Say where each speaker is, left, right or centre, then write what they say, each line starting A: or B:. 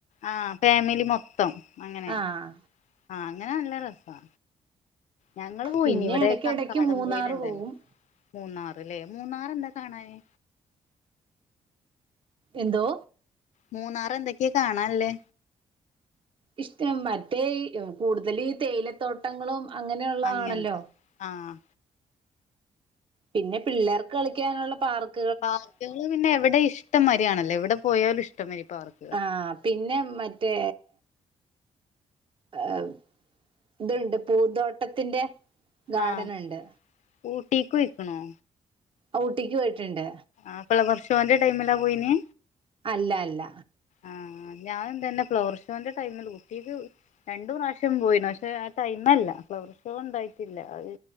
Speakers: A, on the left; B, on the right.
A: ആഹ് ഫാമിലി മൊത്തം അങ്ങനെ
B: ആഹ്
A: ആഹ് അങ്ങനെ നല്ല രസാ ഞങ്ങള് പോയിനി
B: പിന്നെ
A: ഇവിടെക്കെ
B: എടക്കെടക്ക്
A: അക്കാടം
B: മൂന്നാറ്
A: പോലുണ്ടല്ലോ
B: പോവും
A: മൂന്നാറല്ലേ മൂന്നാർ എന്താ കാണാനെ
B: എന്തോ
A: മൂന്നാറ് എന്തൊക്കെ കാണാല്ലെ
B: ഇഷ്ട്ട മറ്റേ ഈ കൂടുതല് തേയിലത്തോട്ടങ്ങളും അങ്ങനെയുള്ളതാണല്ലോ
A: അങ്ങൻത്തെ ആഹ്
B: പിന്നെ പിള്ളേർക്ക് കളിക്കാനുള്ള പാർക്ക്
A: പാർക്കാള് പിന്നെ എവിടെ ഇഷ്ടംമയ്രിയാണല്ലോ എവ്ടെ പോയാലും ഇഷ്ടംമായ്രിപാർക്ക്
B: ആഹ് പിന്നെ മറ്റേ ഹ് ഇത്ണ്ട് പൂന്തോട്ടത്തിന്റെ ഗാർഡൻ
A: ആഹ്
B: ഉണ്ട്
A: ഊട്ടീക്കൊയ്ക്ക്ണോ
B: ആഹ് ഊട്ടിക്ക് പോയിട്ട്ണ്ട്
A: ആഹ് ഫ്ലവർഷോന്റെ ടൈമിലാ പോയിന്
B: അല്ല അല്ല
A: ആഹ് ഞാനും തന്നെ ഫ്ലവർ ഷോന്റെ ടൈമില് ഊട്ടീക്ക് രണ്ടു പ്രാവശ്യം പോയിന്നു പക്ഷെ ആ ടൈമല്ല ഫ്ലവർ ഷോ ഇണ്ടായിറ്റില്ല അഅ്